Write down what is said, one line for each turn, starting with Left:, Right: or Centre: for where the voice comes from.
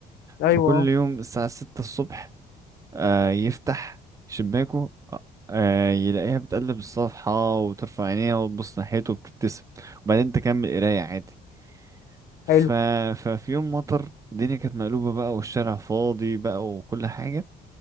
Left: آه.
Right: فكل
Left: ايوه آه.
Right: يوم الساعة ستة الصبح آه يفتح شباكه آه يلاقيها بتقلب الصفحة وترفع عينيها وتبص ناحيته وبتبتسم وبعدين تكمل قراية عادي ف...
Left: حلو
Right: ففي يوم مطر الدنيا كانت مقلوبة بقى والشارع فاضي بقى وكل حاجة